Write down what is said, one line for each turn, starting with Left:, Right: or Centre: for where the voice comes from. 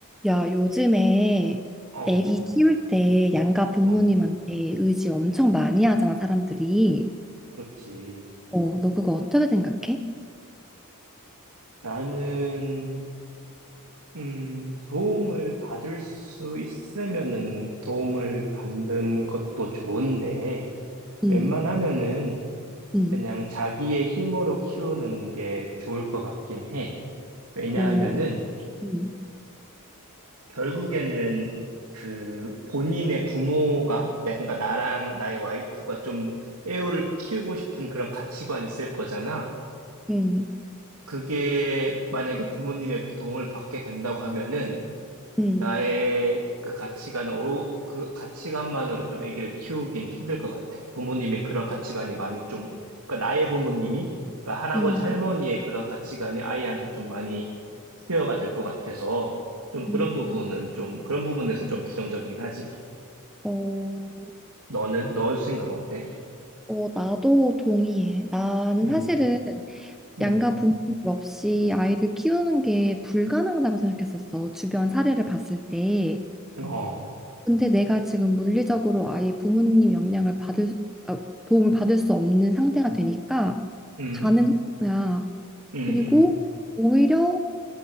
Centre: 야, 요즘에
Right: 어,
Centre: 애기 키울 때 양가 부모님한테
Right: 어,
Centre: 의지 엄청 많이 하잖아, 사람들이.
Right: 그렇지.
Centre: 어, 너 그거 어떻게 생각해?
Right: 나는, 음, 도움을 받을 수 있으면은 도움을 받는 것도 좋은데,
Centre: 응,
Right: 웬만하면은
Centre: 응,
Right: 그냥 자기의 힘으로 키우는 게 좋을 것 같긴 해. 왜냐하면은
Centre: 어, 응,
Right: 결국에는 그 본인의 부모가, 내- 그러니까 나랑 나의 와이프가 좀 애우를 키우고 싶은 그런 가치관이 있을 거잖아.
Centre: 응,
Right: 그게 만약에 부모님의 도움을 받게 된다고 하면은
Centre: 응,
Right: 나의 그 가치관으로 그 가치관만으로 좀 아기를 키우긴 힘들 것 같아. 부모님의 그런 가치관이 많이 좀 그러니까 나의 부모님이 그러니까 할아버지
Centre: 응,
Right: 할머니의 그런 가치관이 아이한테 좀 많이 투여가 될 것 같아서 좀 그런
Centre: 응.
Right: 부분은 좀 그런 부분에서는 좀 부정적이긴 하지.
Centre: 어,
Right: 너는 너 생각 어때?
Centre: 어, 나도 동의해. 나는
Right: 음,
Centre: 사실은
Right: 음,
Centre: 양가 부모님 없이 아이를 키우는 게 불가능하다고 생각했었어. 주변 사례를 봤을 때.
Right: 어,
Centre: 근데 내가 지금 물리적으로 아예 부모님 영향을 받을 수- 아, 도움을 받을 수 없는 상태가 되니까
Right: 음,
Centre: 가능한 거야.
Right: 음,
Centre: 그리고
Right: 음,
Centre: 오히려